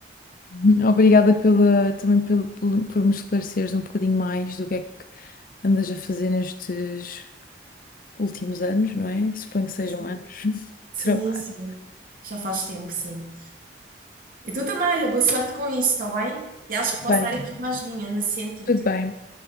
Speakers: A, on the left; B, on the right.
A: Uhum. Obrigada pela, também pelo, pelo- por me esclareceres um bocadinho mais do que é que andas a fazer nestes últimos anos, não é? Suponho que sejam
B: Sim,
A: anos de
B: sim.
A: trabalho.
B: sim. Já faz tempo, sim. E tu também, olha, boa sorte com isso, está bem? E acho que
A: Bem.
B: posso dar aqui uma ajudinha nesse sentido.
A: Tudo bem,